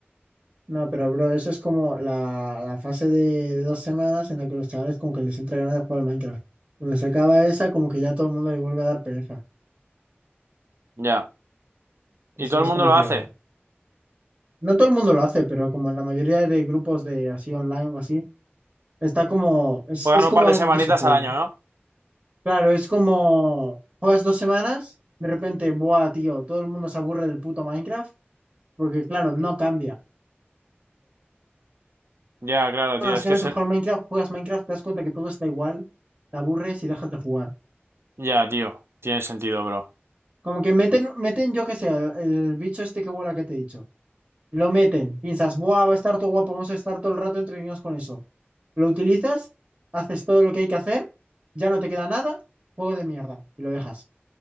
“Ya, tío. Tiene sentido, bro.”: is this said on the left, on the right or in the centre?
Right